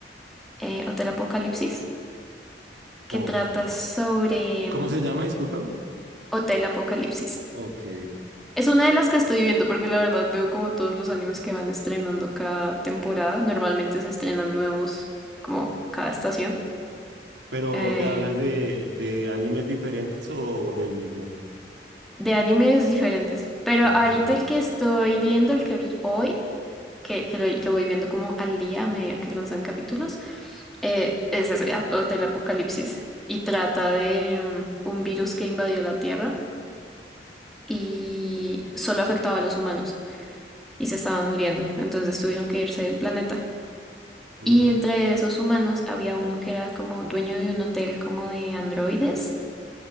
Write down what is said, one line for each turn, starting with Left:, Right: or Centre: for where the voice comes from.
Centre: eh, Hotel Apocalipsis, que
Right: Ok.
Centre: trata sobre
Right: ¿Cómo
Centre: mm,
Right: se llama? Discúlpame.
Centre: Hotel Apocalipsis.
Right: Ok.
Centre: Es una de las que estoy viendo porque la verdad veo como todos los animes que van estrenando cada temporada. Normalmente se estrenan nuevos como cada estación
Right: Pero
Centre: eh,
Right: ¿te hablas de, de animes diferentes o del mismo?
Centre: de animes diferentes. Pero
Right: Ok.
Centre: ahorita el que estoy viendo, el que vi hoy, que, que lo, lo voy viendo como al día a medida que lanzan capítulos, eh, es ese, a- Hotel Apocalipsis y trata de mm, un virus que invadió la Tierra y solo afectaba a los humanos y se estaban muriendo, entonces tuvieron que irse del planeta.
Right: Uf,
Centre: Y entre esos humanos había uno que era como dueño de un hotel como de androides